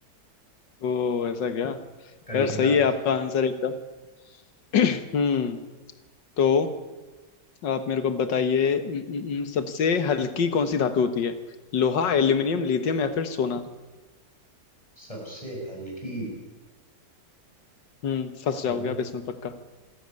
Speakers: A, on the left (about 85°); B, on the left (about 20°).
A: ओ ऐसा क्या
B: कलिंगा
A: यार सही
B: में
A: है आपका आंसर एकदम <clears throat> हम्म तो आप मेरे को बताइए उम, उम, उम, सबसे हल्की कौन सी धातु होती है लोहा एल्यूमिनियम लिथियम या फिर सोना
B: सबसे हल्की
A: हम्म फंस
B: तो
A: जाओगे आप इसमें पक्का